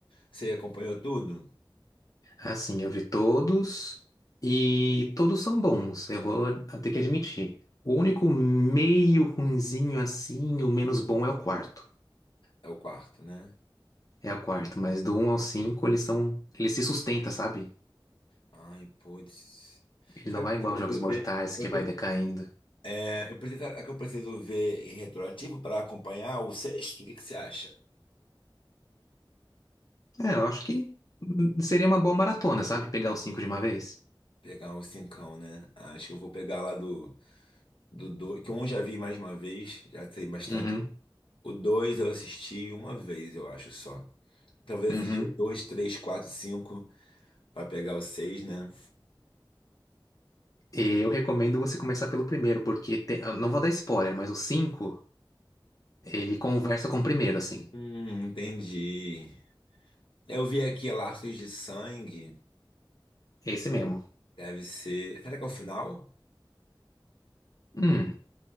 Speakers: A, on the left (about 85°); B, on the left (about 45°).
A: Você acompanhou tudo?
B: Ah, sim, eu vi todos e todos são bons, eu vou ter que admitir. O único meio ruinzinho assim, o menos bom é o quarto.
A: É o quarto, né?
B: É o quarto,
A: Uhum.
B: mas do um ao 5 eles são, ele se sustenta, sabe?
A: Ai, putz.
B: Ele
A: Sabe
B: não
A: o
B: vai igual
A: que eu preciso
B: aos Jogos Mortais
A: ver? Porque,
B: que vai decaindo.
A: é, eu preciso, é que eu preciso ver em retroativo para acompanhar o sexto? O que que você acha?
B: É, eu acho que hum, seria uma boa maratona, sabe? Pegar os cinco de uma vez.
A: Pegar o cincão, né? Acho que eu vou pegar lá do do dois, que um eu já vi mais uma vez, já sei bastante.
B: Uhum,
A: O dois eu assisti uma vez, eu acho só. Talvez
B: uhum.
A: assisti o dois, três, quatro, cinco pra pegar o seis, né?
B: E Eu recomendo você começar pelo primeiro, porque tem- eu não vou dar spoiler, mas o cinco Ele conversa com o primeiro, assim.
A: Hum, entendi. Eu vi aqui Laços de Sangue,
B: Esse mesmo.
A: deve ser. Será que é o final?
B: Hum,